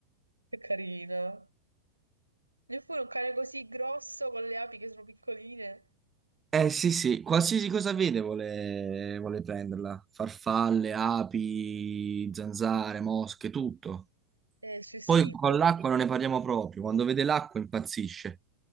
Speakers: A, on the right (about 85°); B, on the right (about 20°).
A: Che carina. Neppure un cane così grosso con le api che sono piccoline.
B: Eh sì sì, qualsiasi cosa vede vuole, vuole prenderla, farfalle, api, zanzare, mosche, tutto.
A: È il suo istinto.
B: Poi con
A: guarda.
B: l'acqua non ne parliamo proprio, quando vede l'acqua impazzisce.